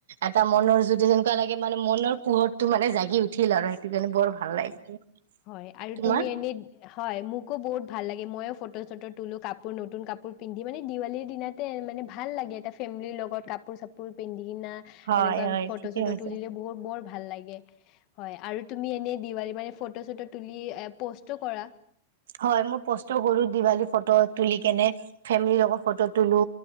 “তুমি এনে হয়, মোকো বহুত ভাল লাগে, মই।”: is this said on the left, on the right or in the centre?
Left